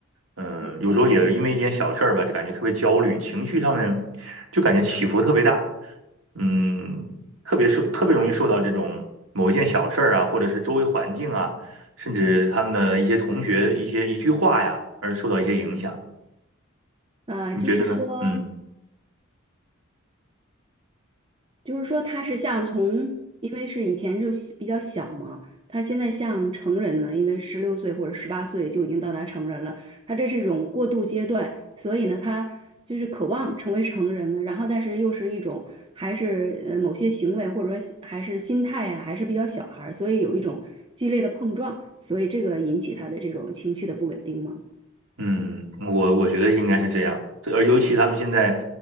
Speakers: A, on the right (about 80°); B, on the right (about 25°).
A: 嗯，
B: 嗯
A: 有时候也因为一件小事儿吧，就感觉特别焦虑，情绪上面就感觉起伏特别大。嗯，特别受，特别容易受到这种某一件小事儿啊，或者是周围环境啊，甚至他们的一些同学、一些一句话呀，而受到一些影响。
B: 呃，
A: 你觉得呢？
B: 就是说，
A: 嗯。
B: 就是说他是像从，因为是以前就是比较小嘛，他现在像成人呢，因为十六岁或者十八岁就已经到达成人了，他这是一种过渡阶段，所以呢，他就是渴望成为成人呢，然后但是又是一种还是呃某些行为或者说还是心态呀、还是比较小孩儿，所以有一种激烈的碰撞，所以这个引起他的这种情绪的不稳定吗？
A: 嗯，我我觉得应该是这样，对，而尤其他们现在